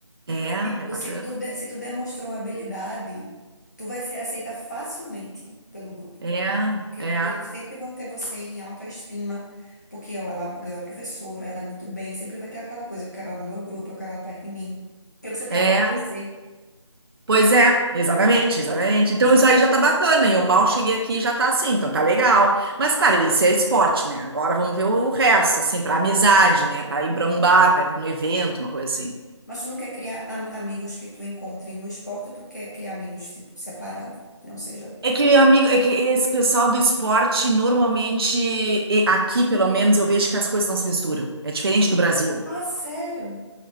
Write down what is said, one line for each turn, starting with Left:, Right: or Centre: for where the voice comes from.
Right: É,
Left: Tipo,
Right: é bacana.
Left: se tu, de- se tu demonstrou uma habilidade, tu vai ser aceita facilmente pelo grupo.
Right: É,
Left: Porque
Right: é,
Left: eles sempre vão ter você em autoestima, porque ó, ela ganhou a professora, ela é muito bem, sempre vai ter aquela coisa, eu quero ela no meu grupo, eu quero ela perto de mim. Porque você tem
Right: é.
Left: algo a oferecer.
Right: Pois é, exatamente, exatamente. Então
Left: Ser
Right: isso aí
Left: humano.
Right: já tá bacana, e eu mal cheguei aqui e já tá assim, então tá legal. Mas, claro, isso é esporte, né? Agora vamos ver o resto, assim, pra amizade, né? Pra ir pra um bar, pra ir pra um evento, uma coisa assim.
Left: Mas tu não quer criar am- amigos que tu encontre no esporte, tu quer criar amigos, tipo, separado. Não seja.
Right: É que, amigo, é que esse pessoal do esporte, normalmente, e aqui pelo menos, eu vejo que as coisas não se misturam. É diferente do Brasil.
Left: Ah, sério?